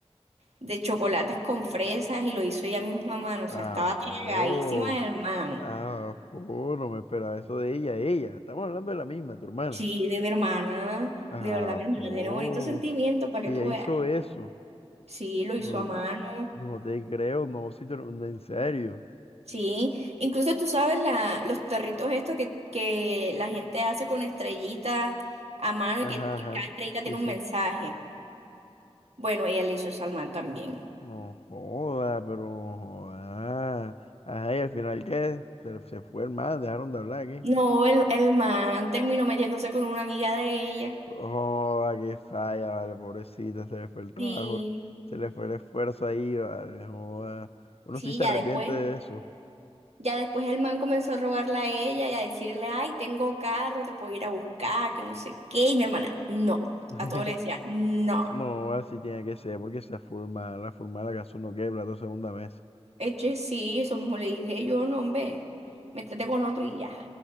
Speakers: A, on the right; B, on the left.
A: de chocolates con fresas y lo hizo ella misma a mano. O
B: Ajo,
A: sea, estaba tragadísima el man.
B: ajo, no me esperaba eso de ella, ella. Estamos hablando de la misma, tu hermana.
A: Sí, de mi hermana.
B: Ajo,
A: De verdad, mi hermana tiene bonitos sentimientos para
B: ella
A: que tú
B: hizo
A: veas.
B: eso.
A: Sí, lo hizo
B: No,
A: a mano.
B: no te creo, no, si te lo- en serio.
A: Sí, incluso tú sabes la, los territos estos que, que la gente hace con estrellitas a mano
B: Ajá,
A: y que, que
B: ajá,
A: cada estrellita
B: sí,
A: tiene un
B: sí.
A: mensaje. Bueno, ella le hizo eso al man también.
B: No joda, pero joda. Ajá, y al final qué? Se, se fue el man, dejaron de hablar aquí.
A: No, el, el man terminó metiéndose con una amiga de ella.
B: Joda, qué falla, vale, pobrecita, se le fue el trabajo,
A: Sí,
B: se le fue el esfuerzo ahí, vale, joda. Uno
A: sí,
B: sí se
A: ya
B: arrepiente
A: después.
B: de eso.
A: Ya después el man comenzó a rogarle a ella y a decirle, ay, tengo carro, te puedo ir a buscar, que no sé qué. Y mi hermana, no.
B: <laughs>
A: A todo le decía, no.
B: No, así tiene que ser, porque se forma, la forma la casa uno quebra la segunda vez.
A: Eche, sí, eso mismo le dije yo, no, hombre, métete con otro y ya,